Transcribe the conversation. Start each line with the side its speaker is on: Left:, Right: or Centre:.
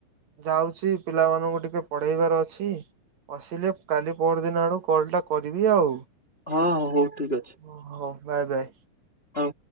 Right: ଯାଉଛି ପିଲାମାନଙ୍କୁ ଟିକେ ପଢେଇବାର ଅଛି। ବସିଲେ କାଲି ପଅର ଦିନ ଆଡ଼କୁ କଲଟା କରିବି ଆଉ
Left: ହଁ ହଁ ହଉ ଠିକ ଅଛି
Right: ହଉ ବାଏ ବାଏ।
Left: ହଁ।